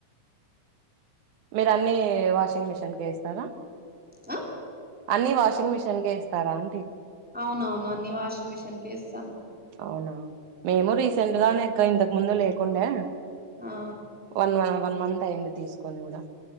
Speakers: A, on the right (about 70°); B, in the centre.
A: మీరు అన్ని వాషింగ్ మెషీన్ కి ఎస్తారా
B: ఆ
A: అన్ని వాషింగ్ మెషీ షిన్గే ఏస్తారా అండి
B: అవునవును అన్ని వాషింగ్ మిషిన్ కే ఎస్తాను
A: అవునా మేము రీసెంట్ గానేక్క ఇంతకు ముందు లే కుండె
B: ఆ
A: వన్ వన్ వన్ మంత్ అయింది తీస్ పనుందా